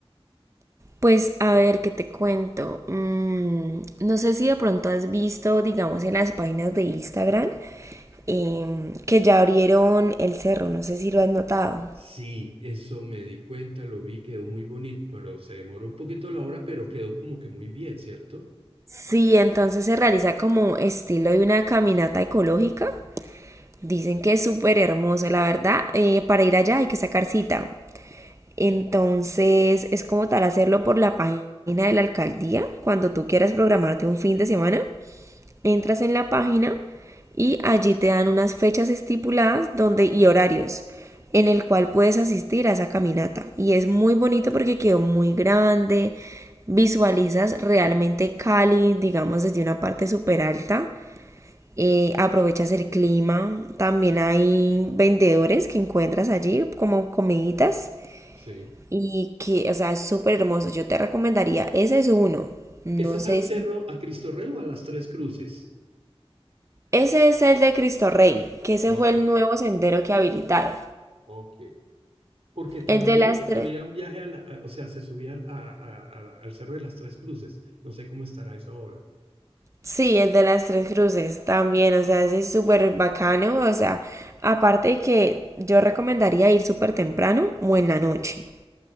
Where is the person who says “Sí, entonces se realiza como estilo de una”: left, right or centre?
Right